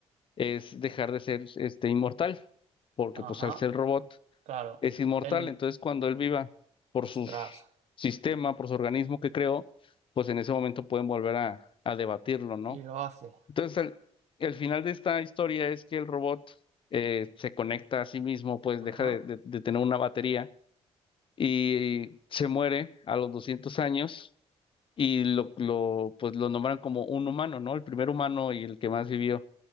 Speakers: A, on the left; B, on the right.
A: es dejar de ser este inmortal, porque
B: Ajá,
A: pues al ser robot
B: claro.
A: es inmortal.
B: El.
A: Entonces, cuando él viva por
B: Ostras.
A: su sistema, por su organismo que creó, pues en ese momento pueden volver a, a debatirlo, ¿no?
B: Y lo hace.
A: Entonces, el, el final de esta historia es que el robot eh, se conecta a sí mismo, pues
B: Ajá.
A: deja de, de- de tener una batería y se muere a los 200 años y lo, lo, pues lo nombran como un humano, ¿no? El primer humano y el que más vivió.